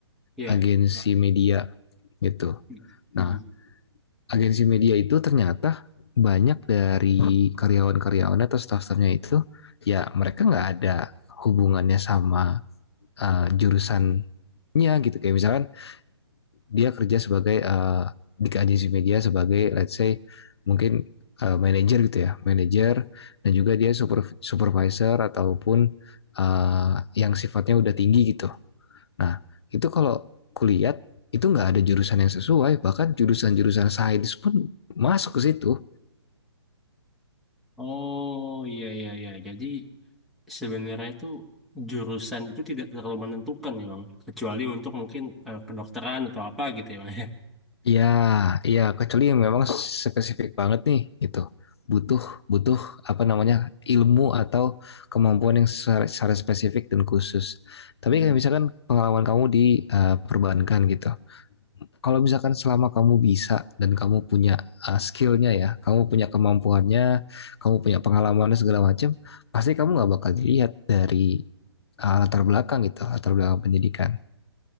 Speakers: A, in the centre; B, on the left.
A: Iya.
B: agensi
A: Wah,
B: media gitu.
A: mm, mm.
B: Nah, agensi media itu ternyata banyak dari karyawan-karyawannya atau staff-staffnya itu ya mereka nggak ada hubungannya sama eh, jurusannya gitu kayak misalkan dia kerja sebagai eh, di agensi media sebagai let's say mungkin eh, manager gitu ya manager dan juga dia super- supervisor ataupun eh, yang sifatnya udah tinggi gitu Nah, itu kalau kulihat itu nggak ada jurusan yang sesuai, bahkan jurusan-jurusan sains pun masuk ke situ.
A: Oh iya iya iya. Jadi sebenarnya itu jurusan itu tidak terlalu menentukan ya bang. Kecuali untuk mungkin eh, kedokteran atau apa gitu ya bang
B: Ya, ya kecuali yang memang spesifik banget nih gitu. Butuh butuh apa namanya? ilmu atau kemampuan yang secara, secara spesifik dan khusus. Tapi
A: ya.
B: kayak misalkan pengalaman kamu di eh, perbankan gitu. Kalau misalkan selama kamu bisa dan kamu punya eh, skillnya ya, kamu punya kemampuannya, kamu punya pengalamannya segala macam, pasti kamu nggak bakal dilihat dari uh, latar belakang gitu, latar belakang pendidikan.